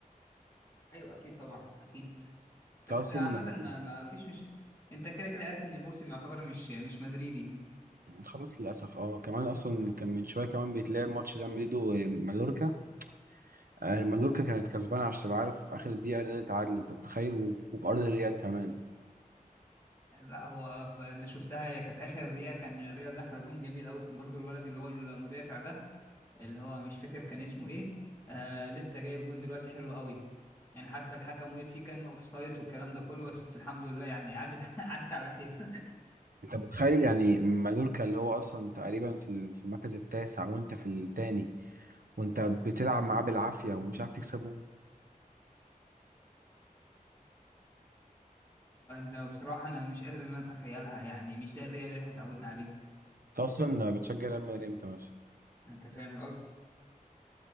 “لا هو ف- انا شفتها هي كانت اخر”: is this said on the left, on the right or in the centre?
Left